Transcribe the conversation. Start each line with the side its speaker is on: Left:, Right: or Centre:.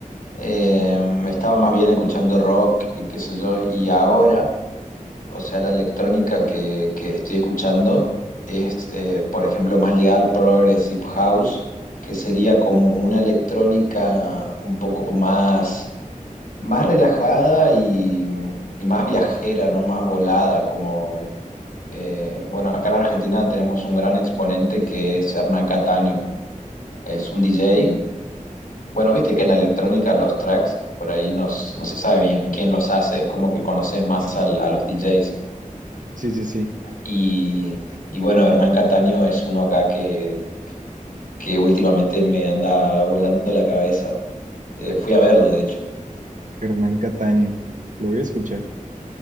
Left: Eh, estaba más bien escuchando rock y qué sé yo, y ahora O sea, la electrónica que, que estoy escuchando es, eh, por ejemplo, más ligada al Progressive House, que sería como una electrónica un poco más, más relajada y, y más viajera, ¿no? Más volada, como, eh, bueno, acá en Argentina tenemos un gran exponente que es Hernán Cataño, es un DJ. Bueno, viste que en la electrónica los tracks, por ahí no, s- no se sabe bien quién los hace, es como que conoces más al- a los DJs.
Right: Sí, sí, sí,
Left: Y, y bueno, Hernán Cataño es uno acá que, que últimamente me anda volando la cabeza. Eh, fui a verlo, de hecho.
Right: Hernán Cataño. Lo voy a escuchar,